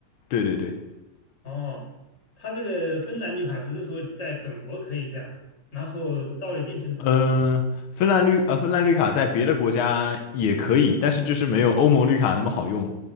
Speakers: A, on the left; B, on the left.
A: 对对对，
B: 哦，他这个芬兰绿卡只是说在本国可以这样，然后到了一定程度。
A: 嗯、芬兰绿呃，芬兰绿卡在别的国家也可以，但是就是没有欧盟绿卡那么好用。